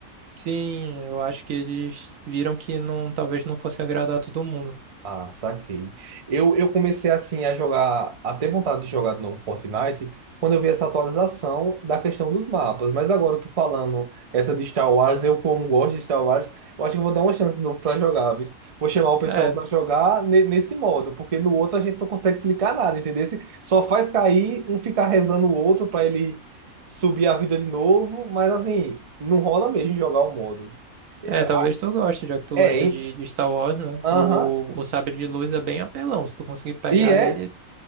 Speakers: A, on the right (about 65°); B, on the right (about 50°).
A: Sim, eu acho que eles viram que não, talvez não fosse agradar todo mundo.
B: Ah, saquei. Eu, eu comecei assim a jogar, a ter vontade de jogar de novo Fortnite quando eu vi essa atualização da questão dos mapas. Mas agora eu tô falando essa de Star Wars, eu como gosto de Star Wars, eu acho que eu vou dar uma chance de novo pra jogar, viu? Vou chamar o pessoal
A: É,
B: pra jogar ne- nesse modo, porque no outro a gente não consegue clicar nada, entendeu? Se- Só faz cair, um ficar rezando o outro pra ele subir a vida de novo, mas assim, não rola mesmo jogar o modo. É,
A: é, talvez tu goste, já que tu
B: é,
A: gosta
B: hein?
A: de, de Star Wars, né?
B: Aham.
A: O, o sabre de luz é bem apelão, se tu conseguir pegar
B: E é.
A: ele,